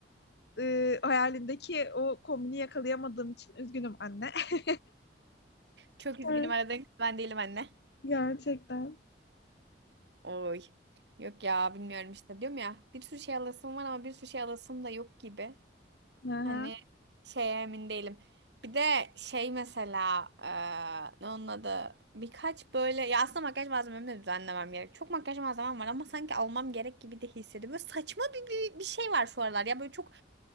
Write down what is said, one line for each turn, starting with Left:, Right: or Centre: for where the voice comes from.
Left: Ee, hayalimdeki o kombini yakalayamadığım için üzgünüm anne. <laughs>
Right: Çok üzgünüm
Left: Evet,
Right: aradığın kız ben değilim anne.
Left: gerçekten.
Right: Oy. Yok ya bilmiyorum işte diyorum ya bir sürü şey alasım var ama bir sürü şey alasım da yok gibi.
Left: Aha.
Right: Hani şeye emin değilim. Bir de şey mesela eee ne onun adı birkaç böyle ya aslında makyaj malzememi de düzenlemem gerek. Çok makyaj malzemem var ama sanki almam gerek gibi de hissediyorum. Böyle saçma bir, bir, bir şey var şu aralar ya böyle çok